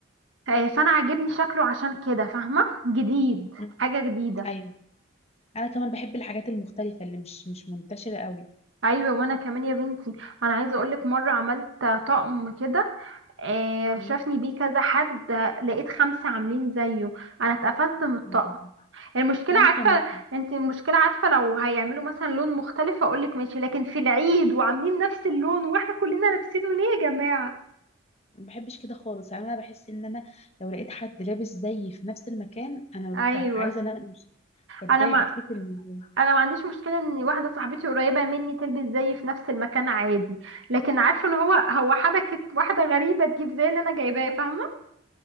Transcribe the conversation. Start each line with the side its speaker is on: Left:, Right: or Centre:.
Right: ف- فانا عاجبني شكله عشان كده فاهمه جديد
Left: مم.
Right: حاجه جديده
Left: ايوه انا كمان بحب الحاجات المختلفه اللي مش مش منتشره قوي
Right: ايوه وانا كمان يا بنتي انا عايزه اقولك مره عملت طقم كده آه،
Left: مم.
Right: شافني بيه كذا حد لقيت خمسه عاملين زيه انا اتقفلت من الطقم
Left: مم.
Right: المشكلة
Left: وانا
Right: عارفة
Left: كمان
Right: انت المشكلة عارفة لو هيعملوا مثلا لون مختلف اقولك ماشي لكن في العيد وعاملين نفس اللون واحنا كلنا لابسينه ليه يا جماعة
Left: ما بحبش كده خالص يعني انا بحس ان انا لو لقيت حد لابس زيي في نفس المكان انا ب-
Right: ايوه
Left: عايزه ان انا امشي بتضايق
Right: انا ما
Left: بتقفل من-
Right: انا ما عنديش مشكلة ان واحدة صاحبتي قريبة مني تلبس زيي في نفس المكان عادي لكن عارفة اللي هو هو حبكت واحدة غريبة تجيب زي اللي انا جايباه فاهمة